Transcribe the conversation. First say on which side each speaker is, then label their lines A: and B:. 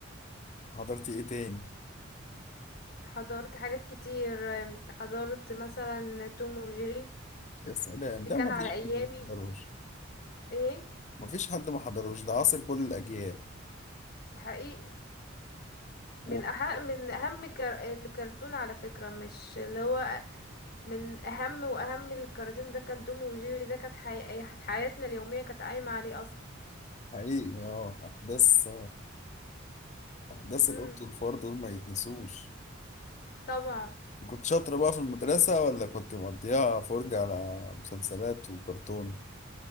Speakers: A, on the left (about 35°); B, on the left (about 50°).
A: حضرتي ايه تاني؟
B: حضرت حاجات كتير آم، حضرت مثلا توم وجيري
A: يا سلام
B: دي
A: ده
B: كان
A: ما
B: على
A: فيش
B: ايامي
A: حد ما حضروش
B: ايه
A: ما فيش حد ما حضروش ده عاصر كل الأجيال
B: حقيقي من
A: و-
B: أح من أهم كر... الكرتون على فكرة مش اللي هو من أهم وأهم الكراتين ده كان دومي وجيري ده كانت حي... حياتنا اليومية كانت قايمة عليه أصلا
A: حقيقي اه أحداث أحداث
B: امم
A: القط والفار دول ما يتنسوش
B: طبعا
A: كنت شاطرة بقى في المدرسة ولا كنت مقضيها فرجة على مسلسلات وكرتون